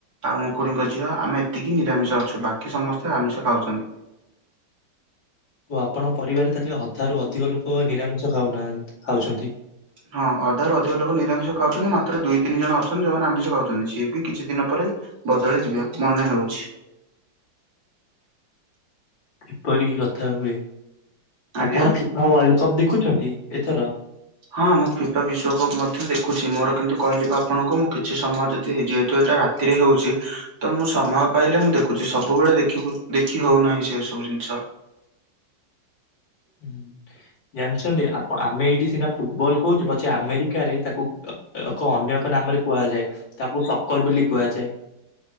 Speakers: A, on the right (about 80°); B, on the left (about 80°).
A: ଆଉ ମୋ ଖୁଡିଙ୍କ ଝିଅ ଆମେ ଏତିକି ନିରାମିଷ ଅଛୁ ବାକି ସମସ୍ତେ ଆମିଷ ଖାଉଛନ୍ତି।
B: ଓ ଆପଣ ପରିବାରେ ତାହେଲେ ଅଧାରୁୁ ଅଧିକ ଲୋକ ନିରାମିଷ ଖାଉନାଆନ୍ତି ଖାଉଛନ୍ତି।
A: ହଁ ଅଧାରୁ ଅଧିକ ଲୋକ ନିରାମିଷ ଖାଉଚନ୍ତି ମାତ୍ର ଦୁଇ ତିନି ଜଣ ଅଛନ୍ତି ଯୋଉମାନେ ଆମିଷ ଖାଉଚନ୍ତି ସିଏ ବି କିଛି ଦିନ ପରେ ବଦଳି ଯିବେ ମନେ ହେଉଛି।
B: ଏପରିକି କଥା ହୁଏ
A: ଆଜ୍ଞା
B: ଆପଣ ଫି ପା ୱାର୍ଲଡ କପ୍ ଦେଖୁଛନ୍ତି ଏଥର?
A: ହଁ ମୁଁ ଫିଫା ବିଶ୍ଵକପ୍ ମଧ୍ୟ ଦେଖୁଚି ମୋର କିନ୍ତୁ କହିଲି ପା ଆପଣଙ୍କୁ ମୁଁ କିଛି ସମୟ ଯଦି ଯେହେତୁ ଏଇଟା ରା ତିରେ ହେଉଛି ତ ମୁଁ ସମୟ ପାଇଲେ ମୁଁ ଦେଖୁଚି ସବୁବଳେ ଦେଖିବୁ-ଦେଖି ହୋଉ ନାହିଁ ସେ ସବୁ ଜିନିଷ।
B: ହୁଁ ଜାଣିଚନ୍ତି ଆପଣ ଆମେ ଏଇଠି ସିନା ଫୁଟବଲ କହୁଚୁ ପଛେ ଆମେରିକାରେ ତାକୁ ଏକ ଅନ୍ୟ ଏକ ନାମରେ କୁହାଯାଏ ତାକୁ ସଙ୍କର ବୋଲି କୁହାଯାଏ।